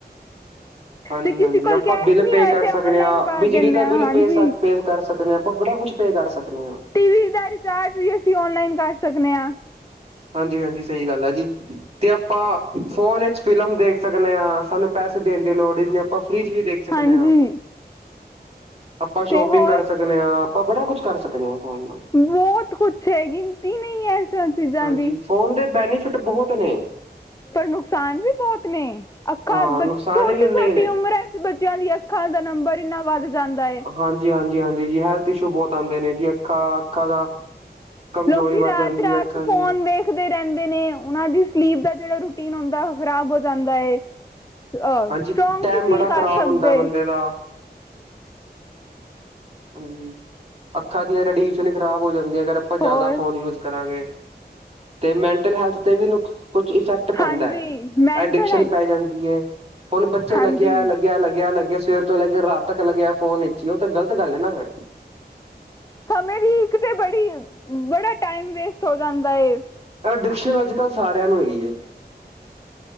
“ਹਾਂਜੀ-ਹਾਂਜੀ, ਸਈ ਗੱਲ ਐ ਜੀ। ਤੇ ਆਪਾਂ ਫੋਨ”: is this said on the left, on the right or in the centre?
Right